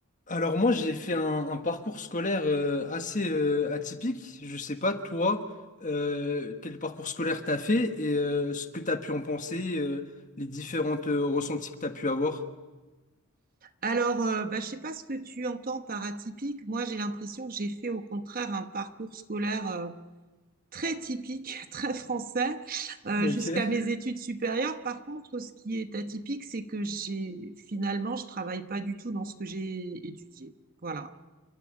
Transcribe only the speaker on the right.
Alors, euh, bah, je sais pas ce que tu entends par atypique. Moi, j'ai l'impression que j'ai fait au contraire un parcours scolaire euh, très typique, <laughs> très français, euh,
jusqu'à mes études supérieures. Par contre, ce qui est atypique, c'est que j'ai finalement, je travaille pas du tout dans ce que j'ai étudié. Voilà.